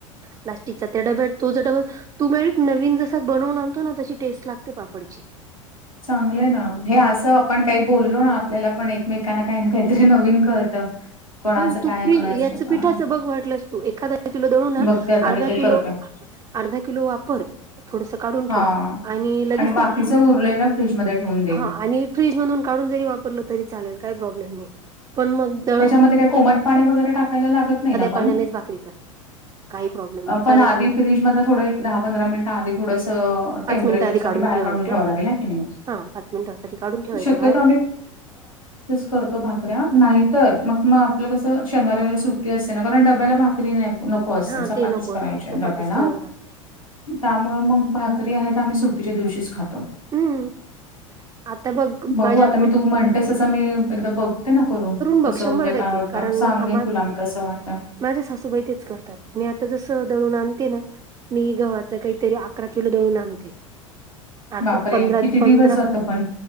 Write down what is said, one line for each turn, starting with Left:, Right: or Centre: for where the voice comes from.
Right: प्लास्टिकचा त्या डब्यात तो ज डबल तू मा नवीन जसा बनवून आणतो ना तशी टेस्ट लागते पापडची
Left: चांगलंय ना हे असं आपण काही बोललो ना आपल्याला पण एकमेकांना काही ना काहीतरी नवीन कळतं <unintelligible> कोणाचं
Right: हो तू
Left: काय
Right: फ्री
Left: कोणाच
Right: याच
Left: काय
Right: पिठाचं बघ वाटलंस तू एखादा किलो दळून आण
Left: बघते आता मी
Right: अर्धा
Left: ते
Right: किलो
Left: करत
Right: अर्धा किलो वापर थोडस काढून
Left: हा
Right: ठेव लगेच
Left: आणि बाकीच
Right: ते
Left: उरलेलं फेश मध्ये ठेवून देईल
Right: हा आणि फ्रीज मधून काढून जरी वापरलं तरी चालेल काही प्रॉब्लेम नाही पण मग द
Left: का कोमट पाणी वगैरे टाकायला लागत नाही ना पण
Right: पाण्यानेच भाकरी कर काही प्रॉब्लेम नाही
Left: पण
Right: साध्या
Left: आधी
Right: पाण्याने
Left: फ्रीज मध थोडं दहा पंधरा मिनिटं आधी थोडस
Right: पाच
Left: पेचर
Right: मिनिटं आधी काढून ठेवायचं.
Left: काून ठ लाे
Right: हा पाच मिनिटासाठी काढून ठेवायचं
Left: शक्यत
Right: बाहेर
Left: क तो भाकऱ्या नाहीतर मग मग आपलं कस शनवार वर सुट्टी असते ना कारण डब्याला नको असते
Right: हा
Left: चपातीच
Right: ते नको
Left: करायची
Right: असत चपातीच
Left: डब्याला
Right: करावी लागते
Left: त्यामुळे मग भाकरी आहे तर आम्ही सुट्टीच्या दिवशीच खातो
Right: हम्म. आता बघ
Left: बघू
Right: माझ्या
Left: आता मी तू म्हणतेस अससं मी एकदा बघते ना करून
Right: बघ
Left: कसं
Right: शंभर
Left: होतं
Right: टक्के
Left: काय होतं
Right: कारण
Left: सांगेन
Right: आम्हा
Left: तुला आ कसं वाटत
Right: माझ्या सासूबाई तेच करतात मी आता जसं दळून आणते ना मी गव्हाचं काही तरी अकरा किलो दळून आणते आठव
Left: बापरे
Right: पंधरा
Left: किती
Right: पंधरा
Left: दिवस जातो पण